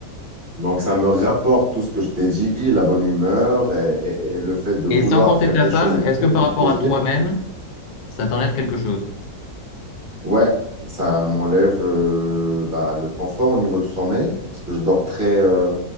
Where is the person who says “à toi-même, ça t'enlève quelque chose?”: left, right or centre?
Left